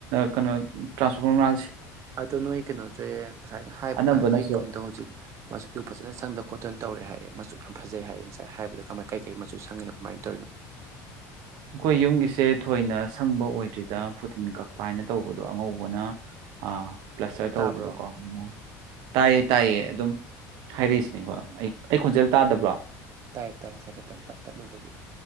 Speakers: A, on the right; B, on the right.
A: ꯀꯩꯅꯣ ꯇ꯭ꯔꯥꯟꯁꯐꯣꯔꯃ
B: ꯑꯗꯣ ꯅꯣꯏ ꯀꯩꯅꯣꯁꯨꯦ ꯉꯁꯥꯏ ꯍꯥꯏꯕ
A: ꯑꯅꯝꯕꯅꯁꯨ
B: ꯀꯥꯟꯗ ꯅꯣꯏ ꯌꯨꯝꯗꯣ ꯍꯧꯖꯤꯛ ꯃꯆꯨꯗꯨ ꯐꯖꯅ ꯁꯪꯗ ꯈꯣꯠ ꯑꯗꯨꯇꯅ ꯇꯧꯔꯦ ꯍꯥꯏꯌꯦ ꯃꯆꯨ ꯌꯥꯝ ꯐꯖꯩ ꯍꯥꯏꯑꯌꯦ ꯉꯁꯥꯏ ꯍꯥꯏꯕꯗ ꯀꯃꯥꯏ ꯀꯩꯀꯩ ꯃꯆꯨ ꯁꯪꯉꯤꯅꯣ ꯀꯃꯥꯏꯅ ꯇꯧꯔꯤꯅꯣ
A: ꯑꯩꯈꯣꯏ ꯌꯨꯝꯒꯤꯁꯦ ꯊꯣꯏꯅ ꯁꯪꯕ ꯑꯣꯏꯗ꯭ꯔꯤꯗ ꯐꯨꯇꯤꯟ ꯀꯛꯄ ꯍꯥꯏꯅ ꯇꯧꯕꯗꯣ ꯑꯉꯧꯕꯅ ꯑ ꯄ꯭ꯂꯁꯇꯔ
B: ꯇꯥꯕ꯭ꯔꯣ
A: ꯇꯧꯕꯗꯣꯀꯣ ꯇꯥꯏꯌꯦ ꯇꯥꯏꯌꯦ ꯑꯗꯨꯝ ꯍꯥꯏꯔꯛꯏꯁꯤꯅꯦꯀꯣ ꯑꯩ ꯑꯩ ꯈꯣꯟꯖꯦꯜ ꯇꯥꯗꯕ꯭ꯔꯣ
B: ꯇꯥꯔꯦꯠ ꯇꯔꯦ ꯍꯥꯏꯀꯦꯠꯇꯪ ꯄꯠ ꯇꯠꯂꯨꯕꯒꯤ